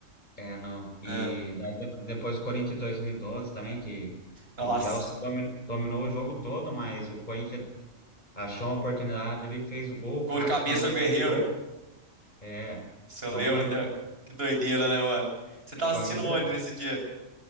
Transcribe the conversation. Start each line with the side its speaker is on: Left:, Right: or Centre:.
Left: é, não. E
Right: É.
Left: daí de- depois o Corinthians em dois mil e doze também, que
Right: Nossa,
Left: o Chelsea domi- dominou o jogo todo, mas o Corinthians Achou uma oportunidade, ele fez o gol, o
Right: gol
Left: Cássio
Right: de cabeça
Left: também
Right: do Guerreiro.
Left: fechou. É,
Right: Se eu
Left: então
Right: lembro
Left: foi,
Right: até.
Left: mu-
Right: Que doideira, né, mano? Você tava
Left: foi
Right: assistindo
Left: muito.
Right: onde nesse dia?